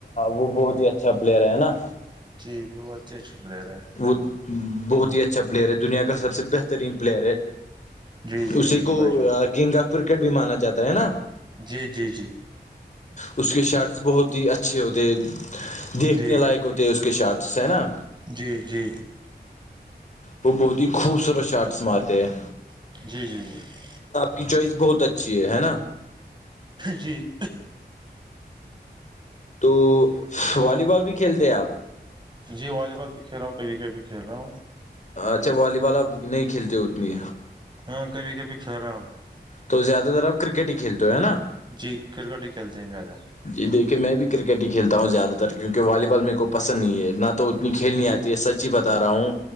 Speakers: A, on the left (about 45°); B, on the right (about 25°).
A: وہ بہت ہی اچھا پلیئر ہے ہے نا
B: جی بت اچھی اچھی بلر ہے
A: وہ بہت ہی اچھا پلیئر ہے دنیا کا سب سے بہترین پلیئر ہے
B: جی جی
A: اسی
B: جی
A: کو
B: بھائی جان
A: کنگ آف کرکٹ بھی مانا جاتا ہے نا
B: جی جی جی
A: اس کے شارٹس بہت ہی اچھے ہوتے دیکھنے
B: جی
A: لائق ہوتے اس کے شارٹس ہے نا
B: جی جی
A: وہ بہت ہی خوبصورت شارٹس مارتے ہیں
B: جی جی جی
A: کی چوائ بہت اچھی ہے نا
B: جی
A: تو والی بال بھی کھیلتے ہیں آپ
B: جی والی بال بھی کھیل رہا ہوں کب وکٹ بھی کھیل رہا ہوں
A: اچھا والی بال اب نہیں کھیلتے اتنی
B: ہاں کبھی کبھی کھہ رہا ہوں
A: تو زیادہرپ کرکٹ ہی کھیلتے ہو ہے نا
B: جی کرکٹ ہی کھیلتے ہیں زیادہ
A: جی دیکھیے میں بھی کرکٹ ہی کھیلتا ہوں زیادہ تر کیونکہ والی بال میرے کو پسند نہیں ہے نہ تو اتنی کھیل نہیں
B: جی
A: آتی ہے سچ ہی بتا رہا ہوں